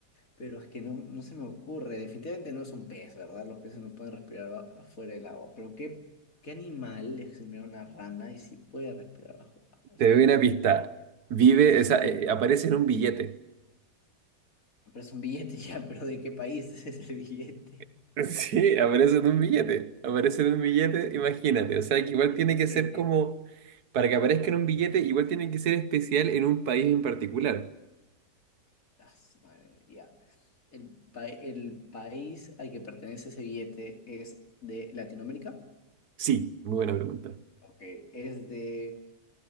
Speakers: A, on the left; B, on the right.
A: pero es que no, no se me ocurre. Definitivamente no es un pez, ¿verdad? Los peces no pueden respirar a- afuera del agua. Pero ¿qué, qué animal es similar a una rana y sí puede respirar bajo el agua,
B: Te
A: fuera
B: doy una
A: del agua?
B: pista. Vive, o sea,
A: Dímelo.
B: eh, aparece en un billete.
A: Pero es un billete <laughs> ya, pero ¿de qué país es ese billete?
B: <laughs> Sí, aparece en un billete. Aparece en un billete, imagínate. O sea, que igual
A: Ya,
B: tiene
A: ok,
B: que ser
A: ok,
B: como,
A: ok.
B: para que aparezca en un billete, igual tiene que ser especial en un país en particular.
A: Ah, su madre, ya. El, pa- el país al que pertenece ese billete es de Latinoamérica.
B: Sí, muy buena pregunta.
A: Ok. ¿Es de